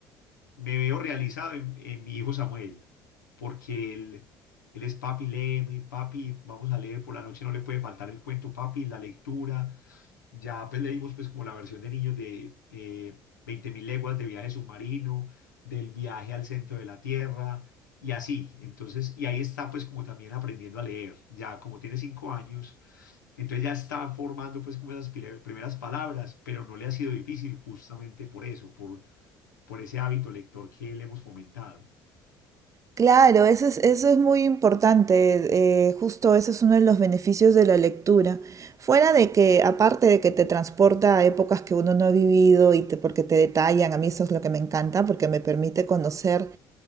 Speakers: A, on the left; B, on the right.
A: me veo realizado en, en mi hijo Samuel, porque él, él es papi, léeme, papi, vamos a leer por la noche, no le puede faltar el cuento, papi, la lectura, Ya pues leímos pues como la versión de niños de eh, veinte mil leguas de viaje submarino, del viaje al centro de la Tierra y así. Entonces, y ahí está pues como también aprendiendo a leer. Ya como tiene cinco años, entonces ya está formando pues como esas pile- primeras palabras, pero no le ha sido difícil justamente por eso, por, por ese hábito lector que le hemos fomentado.
B: Claro, eso es, eso es muy importante, eh, justo ese es uno de los beneficios de la lectura. Fuera de que, aparte de que te transporta a épocas que uno no ha vivido y te- porque te detallan, a mí eso es lo que me encanta, porque me permite conocer